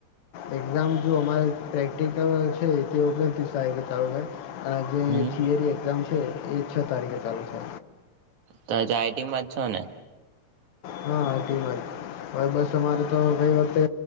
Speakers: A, on the left (about 75°); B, on the right (about 85°).
A: એક્ઝામ જો અમારે પ્રેક્ટિકલ છે. તેઓ પણ ત સાય કે ચાલુ થાય
B: હમ
A: જે થિયરી એક્ઝામ્સ છે એ છ તારીખે ચાલુ છે.
B: તમે તો આઈટીમાં જ છો ને.
A: હા તે વાત ભય બસ અમારે તો ગઈ વત તે